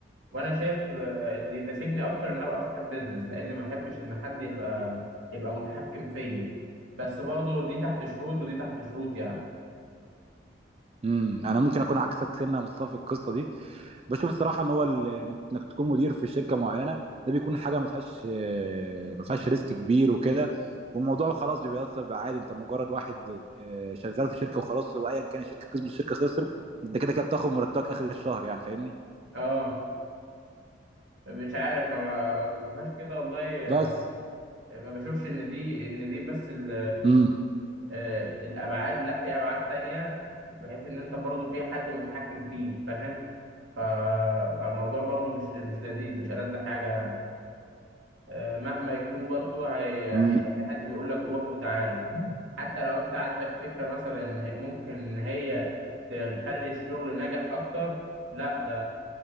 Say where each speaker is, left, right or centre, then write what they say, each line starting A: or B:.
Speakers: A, on the right; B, on the right.
A: وانا شايف آه، اللي يناسبني اكتر ان ابقى صاحب بيزنس لان ما احبش ان حد يبقى يبقى متحكم فيا بس برضو دي تحت شروط ودي تحت شروط يعني
B: امم انا ممكن اكون عكسك سنه يا مصطفى في القصه دي بشوف الصراحه ان هو ال- انك إنك تكون مدير في شركه معينه ده بيكون حاجه ما فيهاش آه، ما فيهاش ريسك كبير وكده والموضوع خلاص بيبقى يصل- بيبقى عادي انت مجرد واحد آه، شغال في شركه وخلاص وايا كان الشركه كسبت الشركه خسرت انت كده كده بتاخد مرتبك اخر الشهر يعني فاهمني
A: اه مش عارف ما ب- ما بشوفهاش كده والله
B: بس
A: آه، ما بشوفش ان دي ان دي بس ال-
B: امم
A: آه، الابعاد لا في ابعاد تانية بحيث ان انت برضو في حد متحكم فيك فاهم ف... فالموضوع برضو مش مش لذيذ مش ألذ حاجة يعني آه، مهما يكون برضو هي...
B: امم
A: هيبقى في حد بيقول لك روح وتعالى حتى لو انت عندك فكرة مثلا ممكن هي تخلي الشغل ناجح اكتر لا